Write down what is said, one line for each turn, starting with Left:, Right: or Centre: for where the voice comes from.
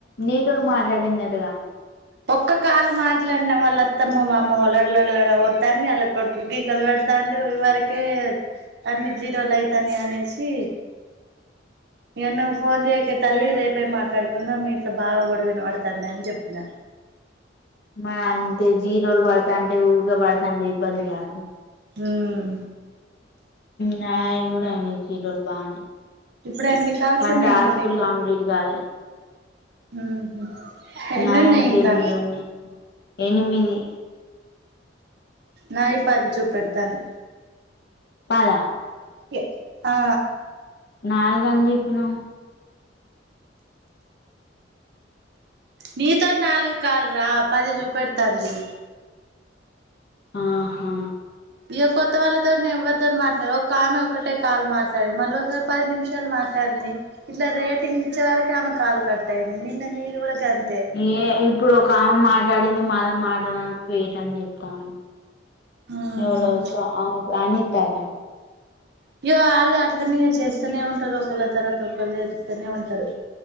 Left: నీతోని మాట్లాడిందటగా
Right: ఒక్క కాలు మాట్లాడిన వాళ్ళ అత్తమ్మ వామ్మో లోడ లోడ లోడ ఒరుతాంది వాళ్ళ కొడుకు కేకలు పెడు తాండు ఇవరకే అన్ని జీరోలు అవుతాని అనేసి ఇగ నాకు ఫోన్ చేయకే తల్లి రేపే మాట్లాడుకుందాం మీ ఇంట్లో బాగా గొడ ఇనపడుతాంది అని చెప్పిన
Left: మరి అంతే జీరోలు పడతాంటే ఊకే పడతాంటే ఇబ్బంది కద
Right: మ్మ్
Left: నాయి కూడా అయినాయి ఈ రోజు బాగనే
Right: ఇప్పుడు ఎన్ని కాల్స్
Left: నా
Right: ఉన్నాయి
Left: టాస్కులు
Right: ఇంకా నీకు
Left: కంప్లీట్ కాలే
Right: ఉహు ఎన్నున్నాయి
Left: నావింక
Right: ఇంకా
Left: ఎనిమిది ఉన్నాయి ఎనిమిది
Right: నాయి పంచు పెడుతది
Left: పద
Right: ఎత్తు ఆ
Left: నాలుగని చెప్పినవ్
Right: నీతోటి నాలుగు కాల్ రా పది చూపెడుతాంది
Left: ఆహా
Right: ఇక కొత్త వాళ్ళతోటి ఎవరితోని మాట్లాడలే ఒక ఆమె ఒకటే కాలు మాట్లాడి మళ్ళీ ఒకసారి పది నిమిషాలు మా మాట్లాడింది ఇట్లా రేటింగ్ ఇచ్చే వరకే ఆమె కాలు కట్ అయింది నిన్న నీది కూడా గంతే
Left: ఏ ఇప్పుడు ఒక ఆమె మాట్లాడింది మళ్ళీ మాట్లాడు అంటే వెయిట్ అని చెప్తాంది
Right: ఉహు
Left: ఎవలో <inaudible> అనిత ఆట
Right: అయ్యో వాళ్ళు అట్లనే ఇగ చేస్తూనే ఉంటారు ఒకళ్ళ తర్వాత ఒకళ్ళ చేస్తానే ఉంటారు